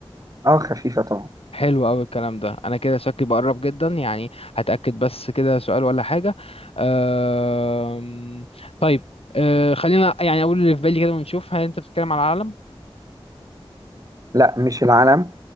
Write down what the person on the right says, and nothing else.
اه خفيفه طبعا
لا مش العلم